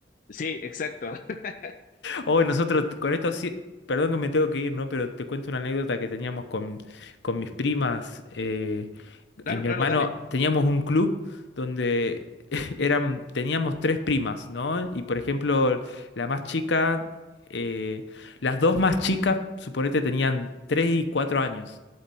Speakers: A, on the left (about 50°); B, on the left (about 80°).
A: Sí, exacto. <laughs>
B: Hoy nosotros con esto sí, perdón que me tengo que ir, ¿no? Pero te cuento una anécdota que teníamos con, con mis primas. eh,
A: Claro,
B: Y mi
A: claro,
B: hermano,
A: dale.
B: teníamos un club donde <laughs> eran, teníamos tres primas, ¿no? Y por ejemplo, la más chica, eh, las dos más chicas, suponete, tenían tres y cuatro años.